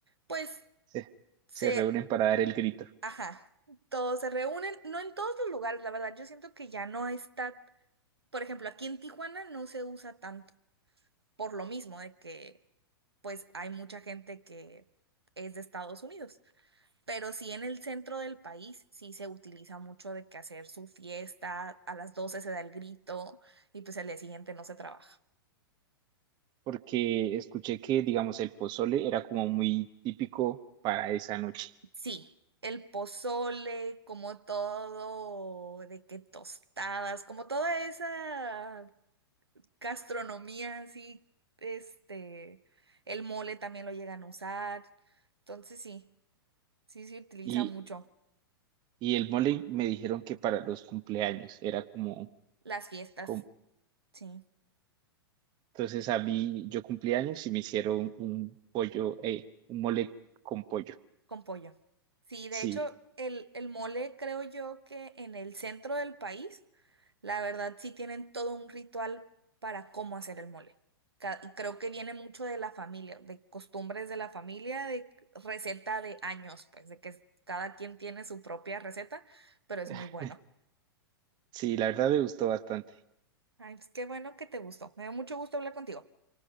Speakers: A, on the right; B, on the right.
A: pues
B: Se,
A: se,
B: se reúnen para dar el grito,
A: ajá, todos se reúnen, no en todos los lugares, la verdad. Yo siento que ya no está, por ejemplo, aquí en Tijuana no se usa tanto, por lo mismo de que, pues, hay mucha gente que es de Estados Unidos. Pero sí en el centro del país sí se utiliza mucho de que hacer su fiesta, a las 12 se da el grito y pues el día siguiente no se trabaja.
B: porque escuché que, digamos, el pozole era como muy típico para esa noche.
A: Sí, el pozole, como todo, de que tostadas, como toda esa gastronomía así, este, el mole también lo llegan a usar. Entonces sí, sí se utiliza
B: y
A: mucho
B: Y el mole me dijeron que para los cumpleaños era como,
A: las fiestas,
B: como-
A: sí.
B: entonces a mí yo cumpleaños y me hicieron un pollo, eh, un mole con pollo.
A: Con pollo. Sí, de
B: Sí,
A: hecho, el, el mole creo yo que en el centro del país, la verdad sí tienen todo un ritual para cómo hacer el mole. Ca- y Creo que viene mucho de la familia, de costumbres de la familia, de receta de años, pues de que cada quien tiene su propia receta, pero es
B: <laughs>
A: muy bueno.
B: sí, la verdad me gustó bastante.
A: Ay, pues qué bueno que te gustó. Me dio mucho gusto hablar contigo.